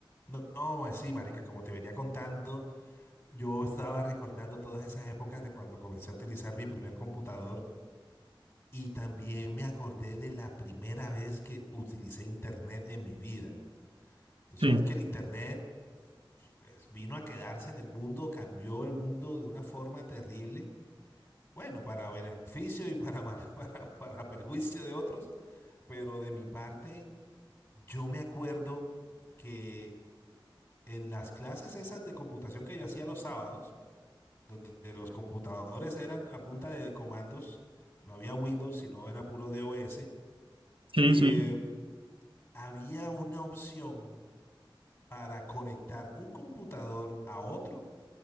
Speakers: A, on the left; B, on the right.
A: No, no, pues sí, marica, como te venía contando, yo estaba recordando todas esas épocas de cuando comencé a utilizar mi primer computador y también me acordé de la primera vez que utilicé internet en mi vida. Tú sabes
B: Sí,
A: que el internet eh, pues, vino a quedarse en el mundo, cambió el mundo de una forma terrible, bueno, para beneficio y para, mal- <laughs> para, para perjuicio de otros, pero de mi parte, yo me acuerdo que en las clases esas de computación que yo hacía los sábados, donde los computadores eran a punta de comandos, no había Windows, sino era puro DOS,
B: sí,
A: eh,
B: sí.
A: había una opción para conectar un computador a otro